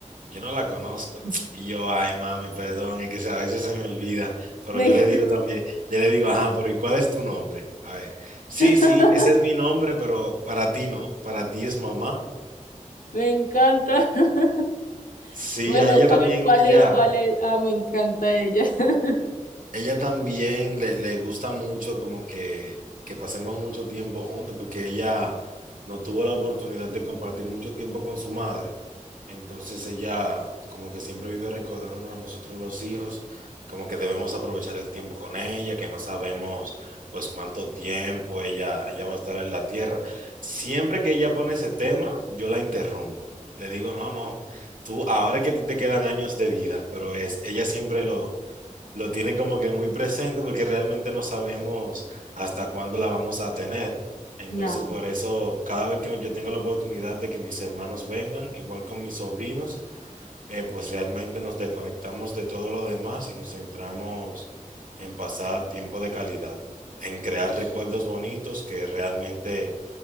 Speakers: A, on the right; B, on the left.
A: Yo no la conozco.
B: <laughs>
A: Y yo, ay, mami, perdón, es que se- a veces se me olvida, pero
B: Me,
A: yo le digo también, yo le digo, ajá, pero ¿y cuál es tu nombre? A ver, sí,
B: <laughs>
A: sí, ese es mi nombre, pero para ti no, para ti es mamá.
B: me encanta. <laughs>
A: Sí,
B: Bueno,
A: a ella
B: ¿cuál,
A: también,
B: cuál
A: ella
B: es, cuál es? Ah, me encanta ella. <laughs>
A: Ella también le, le gusta mucho como que, que pasemos mucho tiempo juntos porque ella no tuvo la oportunidad de compartir mucho tiempo con su madre. Entonces ella como que siempre vive recordándonos a nosotros los hijos, como que debemos aprovechar el tiempo con ella, que no sabemos pues cuánto tiempo ella, ella va a estar en la tierra. Siempre que ella pone ese tema, yo la interrumpo. Le digo, no, no, tú ahora es que te te quedan años de vida, pero es, ella siempre lo lo tiene como que muy presente porque realmente no sabemos hasta cuándo la vamos a tener. Entonces,
B: Claro,
A: por eso, cada vez que yo tengo la oportunidad de que mis hermanos vengan, igual con mis sobrinos, eh, pues realmente nos desconectamos de todo lo demás y nos centramos en pasar tiempo de calidad, en crear recuerdos bonitos que realmente,